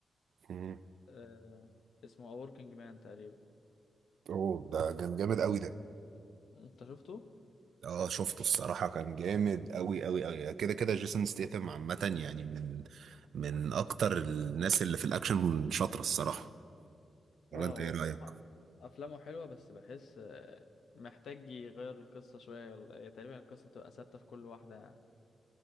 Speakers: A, on the right; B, on the left.
A: مم.
B: آه اسمه A Working Man تقريبا
A: اوه ده كان جامد قوي ده
B: انت شفته؟
A: اه شفته الصراحة كان جامد قوي قوي قوي كده كده جيسون ستيثم عامة يعني من من اكتر الناس اللي في الاكشن شاطرة الصراحة ولا
B: اه
A: انت
B: هو
A: ايه رأيك؟
B: بصراحة افلامه حلوة بس بحس آه محتاج يغير القصة شوية ال- هي تقريبا القصة بتبقى ثابتة في كل واحدة يعني